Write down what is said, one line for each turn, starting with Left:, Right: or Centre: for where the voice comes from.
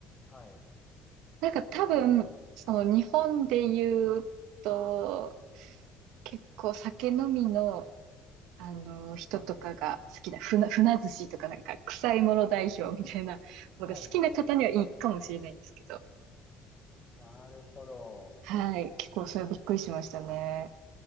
Left: はい。
Right: なんか多分、その日本で言うと、結構酒飲みの、あの人とかが好きな船、
Left: つまみみたいな。
Right: 船寿司とかなんか臭いもの代表みたいなのが好きな方にはいいかもしれないんですけど、
Left: はい、はい。なるほど。
Right: はい。結構それはびっくりしましたね。